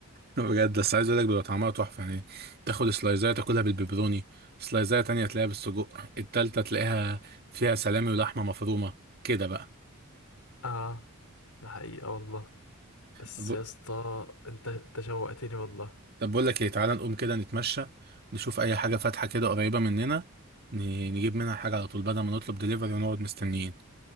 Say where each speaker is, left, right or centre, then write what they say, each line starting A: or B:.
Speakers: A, on the right; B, on the left.
A: بجد بس عايز اقول لك بيبقى طعمها تحفه يعني تاخد سلايزايه تاكلها بالبيبروني سلايزايه تانية تلاقيها بالسجق التالتة تلاقيها فيها سلامي ولحمه مفرومه كده بقى
B: اه ده حقيقة والله بس
A: ب-
B: يا اسطى انت انت شوقتني والله
A: طب بقول لك ايه تعالى نقوم كده نتمشى نشوف اي حاجه فاتحه كده قريبه مننا ن- نجيب منها حاجه على طول بدل ما نطلب دليفري ونقعد مستنيين